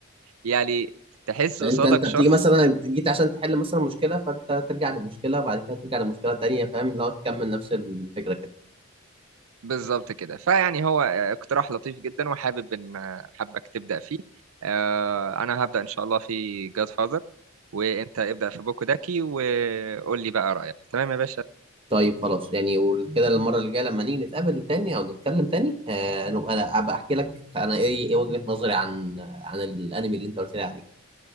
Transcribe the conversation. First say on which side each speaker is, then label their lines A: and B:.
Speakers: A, on the right; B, on the right.
A: يعني تحس
B: فانت
A: قصادك
B: انت
A: شخص
B: بتيجي مثلا جيت عشان تحل مثلا مشكله فانت ترجع لمشكله بعد كده ترجع لمشكله تانيه فاهم اللي هو تكمل نفس الفكره كده
A: بالظبط كده فيعني هو اقتراح لطيف جدا وحابب ان حابك تبدأ فيه آه، انا هبدأ ان شاء الله في جاد فاذر وانت ابدأ في بوكو داكي وقول لي بقى رأيك تمام يا باشا
B: طيب خلاص يعني وكده المرة اللي جاية لما نيجي نتقابل تاني أو نتكلم تاني آه نبقى أنا أبقى أحكي لك أنا إيه إيه وجهة نظري عن عن الأنمي اللي أنت قلت لي عليه